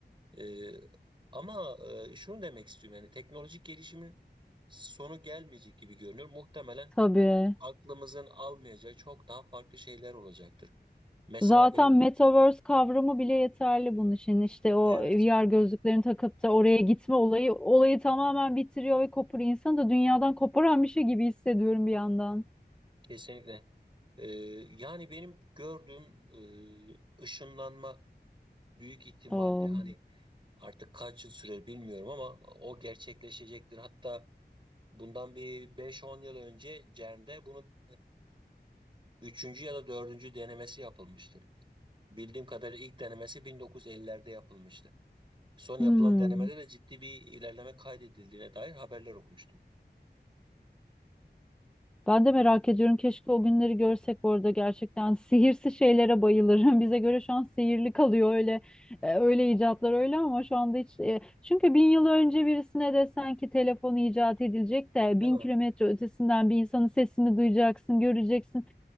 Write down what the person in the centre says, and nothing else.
Tabii.
Zaten
metaverse kavramı bile yeterli bunun için. İşte o
VR gözlüklerini takıp da oraya gitme olayı olayı tamamen bitiriyor ve koparıyor. İnsanı da dünyadan koparan bir şey gibi hissediyorum bir yandan.
Oo.
Hmm.
Ben de merak ediyorum. Keşke o günleri görsek bu arada gerçekten. Sihirsi şeylere bayılırım. <laughs> Bize göre şu an sihirli kalıyor öyle e, öyle icatlar öyle ama şu anda hiç e, çünkü bin yıl önce birisine desen ki telefon icat edilecek de
bin
kilometre ötesinden bir insanın sesini duyacaksın, göreceksin.